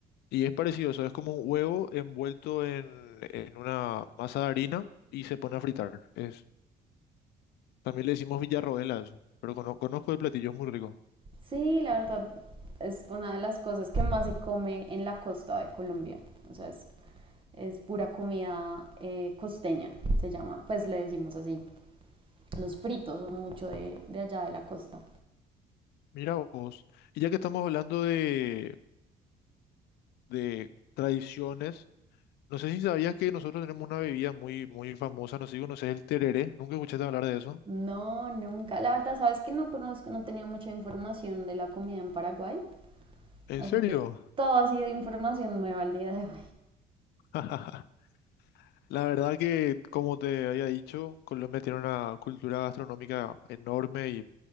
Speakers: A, on the left; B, on the right.
A: Y es parecido, o sea, es como un huevo envuelto en, en una masa de harina y se pone a fritar. Es, también le decimos villarroel a eso, pero cono- conozco el platillo, es muy rico.
B: Sí, la verdad es una de las cosas que más se come en la costa de Colombia. O sea, es, es pura comida eh, costeña, se llama. Pues le decimos así. Los fritos son mucho de, de allá de la costa.
A: Mira vos. Y ya que estamos hablando de, de tradiciones, no sé si sabías que nosotros tenemos una bebida muy, muy famosa, no sé si conoces el tereré, nunca escuchaste hablar de eso.
B: No, nunca. La verdad, sabes que no conozco, no tenía mucha información de la comida en Paraguay.
A: ¿En
B: Así
A: serio?
B: que todo ha sido información nueva al día de hoy. <laughs>
A: <laughs> La verdad que, como te había dicho, Colombia tiene una cultura gastronómica enorme